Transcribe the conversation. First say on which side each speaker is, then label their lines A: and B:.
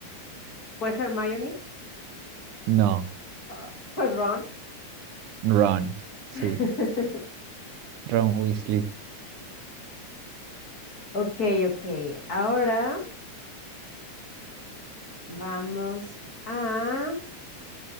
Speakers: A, on the left; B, on the right.
A: ¿Fue Hermione?
B: No,
A: Ah, ¿fue Ron?
B: Ron.
A: <laughs>
B: Sí, Ron Weasley.
A: Ok, ok. Ahora vamos a...